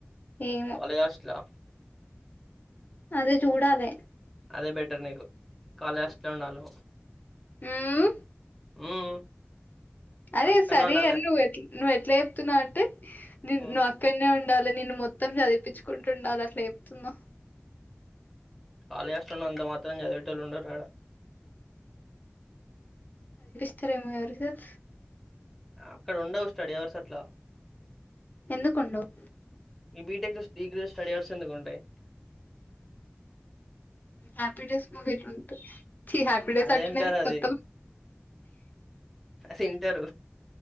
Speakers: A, on the left; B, in the centre.
A: ఏమో
B: కాలేజ్ హాస్టలా
A: అదే చూడాలే
B: అదే బెటర్ నీకు కాలేజ్ హాస్టల్ లో ఉండాలి
A: ఉమ్
B: హ్మ్
A: అరే
B: అక్కడనే
A: సరే
B: ఉండాలి
A: ఎల్లు ఎట్ల నువ్వే ఎట్ల చెప్తున్నావ్ అంటే
B: హ్మ్
A: నువ్వు అక్కడనే ఉండాలి అలా నేను మొత్తం చదిపించుకుంటు ఉండాలి అట్లా చెప్తుందో
B: కాలేజిహాస్టల్లో అంత మాత్రం చదివేటోళ్ళు ఉండరాడ
A: ఇతరేమో ఎవరికి తెలుసు
B: అక్కడ ఉండవు స్టడీ అవర్స్ అట్ల
A: ఎందుకుండవ్
B: ఈ బిటెక్ డిగ్రీ స్టడీ అవర్స్ ఎందుకుంటాయి
A: హ్యాపీడేస్ మూవీ <unintelligible> చి హ్యాపీ డేస్
B: అది
A: అట్టనే
B: ఇంటర్ అది
A: కొత్త
B: అది ఇంటర్